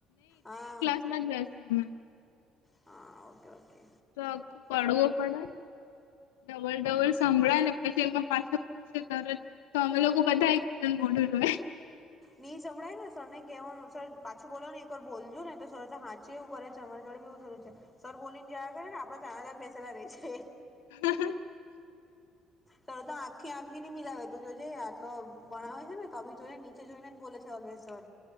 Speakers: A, in the centre; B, on the left.
A: હા
B: નાજ બેસીએ હમણાં
A: હા ઓકે ઓકે.
B: તો આખું પડવો પડે ડબલ ડબલ સંભળાય ને પછી એમાં પાછ ત તો અમે લોકો બધા એક બીજા મોઢુ જોય
A: નહી સંભળાયે ને સર ને કેહેવાનું સર પાછું બોલો ને એક વાર બોલજો ને તો સર હા એવું કરે છે અમારી જોડે બીવું જરૂર છે સર બોલી ને જ કરે ને આપડે તારણા તાર બેસેલા રહી જઇએ.
B: હ હ.
A: સર તો આંખથી આંખ બી નઈ મિલાવે તું જોજે આટલો ભણાવ છે ને તો બી જોઈ નીચે જોઈને જ બોલે છે ઓલવેઝ. તર